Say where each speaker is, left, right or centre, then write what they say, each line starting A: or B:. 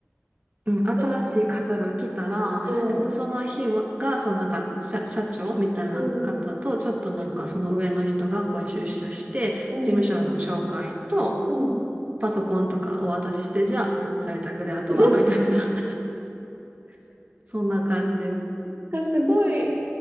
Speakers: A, on the right; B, on the right.
A: うん、
B: <laughs>
A: 新しい方が来たら、
B: うん、
A: えっと、その日もが、そのなんか、社、社長みたいな方と、
B: うん。
A: ちょっとなんか、その上の人がこう出社して、
B: うん。うん、
A: 事務所の紹介と、
B: うん。
A: パソコンとかお渡しして、じゃあ、もう在宅であとは、
B: な
A: みたいな、<laughs> そんな感じです。
B: んかすごい、